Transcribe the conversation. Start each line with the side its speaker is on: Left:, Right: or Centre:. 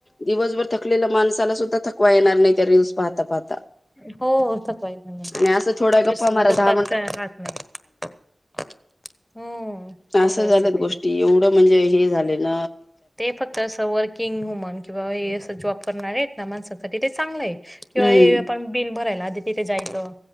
Left: दिवसभर थकलेल्या माणसाला सुद्धा थकवा येणार नाही त्या रील्स पाहता पाहता.
Centre: <unintelligible>
Left: आणि असं थोड्या गप्पा
Centre: <inaudible>
Left: मारा दहा
Centre: हो
Left: आस
Centre: तस तसं
Left: झाल्यात
Centre: ते
Left: गोष्टी एवढं म्हंजे हे झाले न
Centre: ते फक्त असं वर्किंग वुमन किंवा हे असं जॉब करणारे आहेत ना माणसांसाठी ते चांगलय. किंवा
Left: हम्म
Centre: हे आपण बिल भरायला आधी तिथे जायचं,